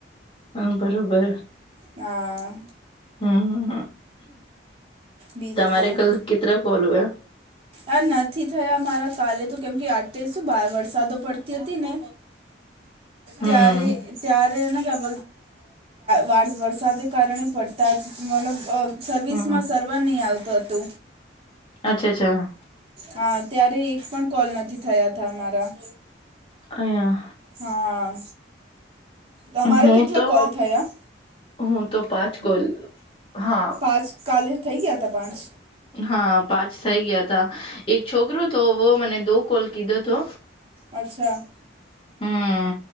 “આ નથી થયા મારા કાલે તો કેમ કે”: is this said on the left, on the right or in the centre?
Right